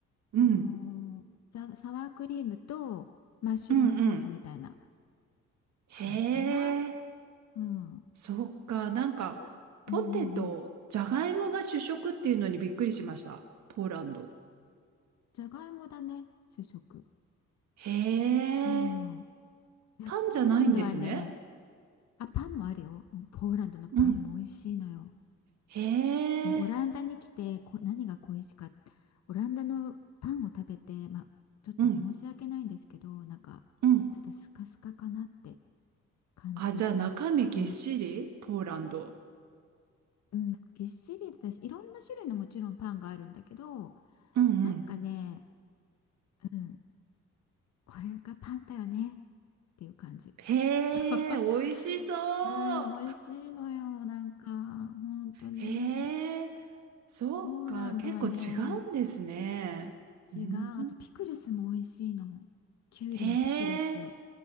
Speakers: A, on the right; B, on the left.
A: うん、
B: そのザサワークリームとマッシュルームソースみたいな
A: うんうん。へ
B: 感じかな
A: え。
B: うん
A: そっか、なんか、
B: きの
A: ポテト、
B: うんうんうん
A: じゃがいもが主食っていうのにびっくりしました。ポーランド。
B: じゃがいもだね主食
A: へ
B: うん
A: え、
B: いや、
A: パンじゃないんですね。
B: ポーランドはね、あ、パンもあるよ。もうポーランドのパンも美味しいのよ。
A: うん。へ
B: もうオランダに来てこ、
A: え、
B: 何が恋しかった。オランダのパンを食べて、まあ、ちょっと申し訳ないんですけど、
A: うん、
B: なんか、
A: うん。
B: ちょっとスカスカかなって感じてしまって、
A: あ、じゃあ中身ぎっしりポーランド。
B: うん、なんかぎっしりだし、いろんな種類のもちろんパンがあるんだけど、
A: うんうん。
B: なんかね、うん、これがパンだよねっていう感じ。
A: へえ、
B: <laughs>
A: 美味しそ
B: うん、
A: う。
B: 美味しいのよ。なんか、本当に。
A: へえ、そっか、
B: ポーランドはね、
A: 結構違うんですね。うん、
B: 違う。あとピクルスも美味しいの。きゅうりのピクルス。
A: へえ、